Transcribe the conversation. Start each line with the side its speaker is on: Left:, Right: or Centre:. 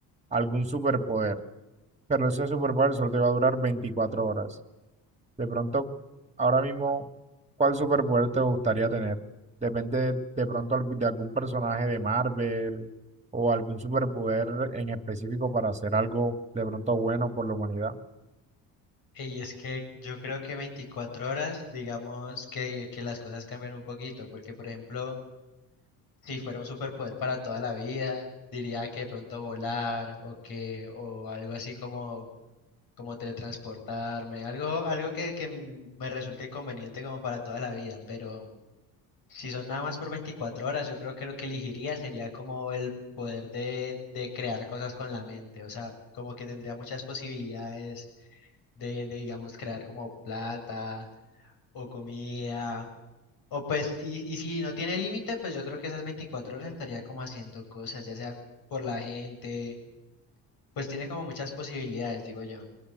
Right: algún superpoder, pero ese superpoder solo te va a durar 24 horas. De pronto, ahora mismo, ¿cuál superpoder te gustaría tener? Depende de, de pronto al- de algún personaje de Marvel o algún superpoder en específico para hacer algo de pronto bueno por la humanidad.
Left: Y es que yo creo que 24 horas, digamos que, que las cosas cambian un poquito, porque por ejemplo, si fuera un superpoder para toda la vida, diría que de pronto volar o que, o algo así como, como teletransportarme, algo, algo que, que me resulte conveniente como para toda la vida, pero Si son nada más por 24 horas, yo creo que lo que elegiría sería como el poder de, de crear cosas con la mente, o sea, como que tendría muchas posibilidades de, de, digamos, crear como plata o comida, o pues, y, y si no tiene límite, pues yo creo que esas 24 horas estaría como haciendo cosas, ya sea por la gente, pues tiene como muchas posibilidades, digo yo.